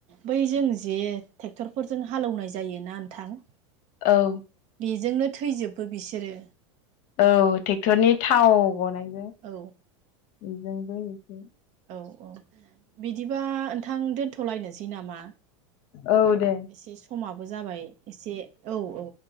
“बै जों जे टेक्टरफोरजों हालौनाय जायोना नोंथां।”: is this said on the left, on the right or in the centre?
Right